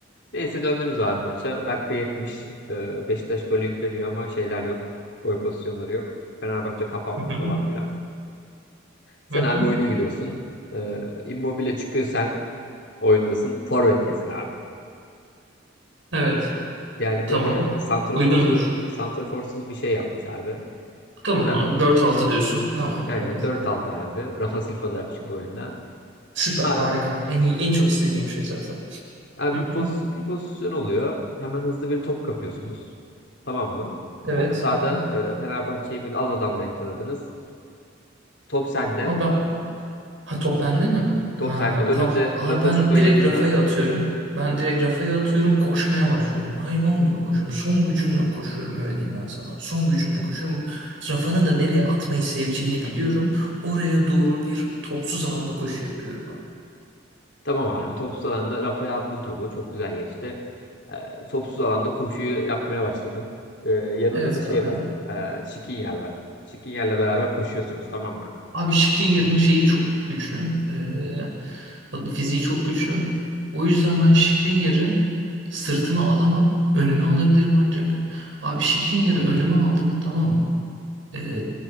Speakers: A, on the left (about 60°); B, on the right (about 75°).
A: Neyse döndünüz abi maça. Dakika 70, E, Beşiktaş böyle yükleniyor ama şeyler yok. Gol pozisyonları yok. Fenerbahçe kapanmış
B: Hı hı.
A: falan filan. Sen
B: Hı hı.
A: abi oyuna giriyorsun. E, Immobile çıkıyor sen oyundasın. Forvet'tesin abi.
B: Evet.
A: Yani
B: Tamam.
A: böyle santraforsuz
B: Uygundur.
A: santraforsuz bir şey yapmış abi.
B: Tamam
A: Hemen
B: abi dört altı diyorsun. Tamam
A: Yani
B: olur.
A: dört 6 abi. Rafa Silva da çünkü oyunda.
B: Süper
A: A-
B: harika. En iyi, en çok istediğim şey zaten.
A: Abi,
B: Hı hı.
A: bir, pozisyon, bir pozisyon oluyor. Hemen hızlı bir top kapıyorsunuz. Tamam mı?
B: Evet.
A: Orta sahada
B: Hı
A: e, Fenerbahçe'yi böyle az adamla yakaladınız. Top sende.
B: Abi ben- ha, top bende mi?
A: Top
B: Ha,
A: sende. Önünde
B: tamam. Abi
A: Rafa
B: ben
A: Silva
B: direkt
A: yanında.
B: Rafa'ya atıyorum. Ben direkt Rafa'ya atıyorum. Koşmaya başlıyorum. Hayvan gibi koşuyorum. Son gücümle koşuyorum öyle diyeyim ben sana. Son gücümle koşuyorum. Rafa'nın da nereye atmayı seveceğini biliyorum. Oraya doğru bir topsuz alanda koşu yapıyorum abi.
A: Tamam abi. Topsuz alanda Rafa'ya attın topu. Çok güzel geçti. E, topsuz alanda koşuyu yapmaya başladın. E, yanında
B: Evet
A: da şey
B: abi.
A: var. E, Skriniar var. Skriniar'la beraber koşuyorsunuz. Tamam mı?
B: Abi Şikrin şeyi çok güçlü. Ee, adı- fiziği çok güçlü. O yüzden ben Şikrin sırtıma alamam. Önüme alabilirim ancak. Abi Şikrin önüme aldım tamam mı? Ee,